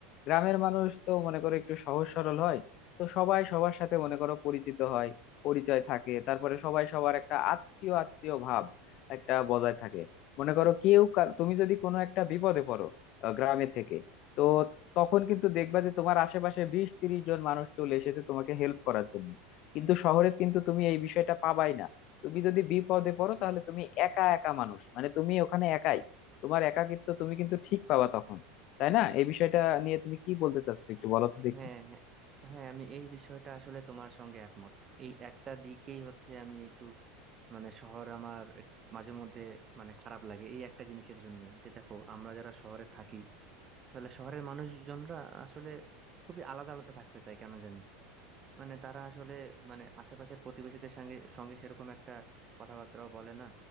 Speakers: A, on the left (about 50°); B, on the right (about 30°).
A: গ্রামের মানুষ তো মনে করো একটু সহজ সরল হয় তো সবাই সবার সাথে মনে করো পরিচিত হয় পরিচয় থাকে তারপরে সবাই সবার একটা আত্মীয় আত্মীয় ভাব একটা বজায় থাকে মনে করো কেউ কার- তুমি যদি কোনো একটা বিপদে পড়ো আহ, গ্রামে থেকে তো তখন কিন্তু দেখবা যে তোমার আশেপাশে বিশ তিরিশ জন মানুষ চলে এসেছে তোমাকে হেল্প করার জন্য কিন্তু শহরে কিন্তু তুমি এই বিষয়টা পাবাই না তুমি যদি বিপদে পড়ো তাহলে তুমি একা একা মানুষ মানে তুমি ওখানে একাই তোমার একাকিত্ব তুমি কিন্তু ঠিক পাবা তখন তাই না এই বিষয়টা নিয়ে তুমি কি বলতে চাচ্ছো একটু বলো তো দেখি
B: হ্যাঁ হ্যাঁ হ্যাঁ আমি এই বিষয়টা আসলে তোমার সঙ্গে একমত এই একটা দিকেই হচ্ছে আমি একটু মানে শহর আমার এক- মাঝে মধ্যে মানে খারাপ লাগে এই একটা জিনিসের জন্য যে দেখো আমরা যারা শহরে থাকি তাহলে শহরের মানুষজনরা আসলে খুবই আলাদা আলাদা থাকতে চায় কেন জানি মানে তারা আসলে মানে আশেপাশের প্রতিবেশীদের সঙ্গে সঙ্গে সেরকম একটা কথাবার্তাও বলে না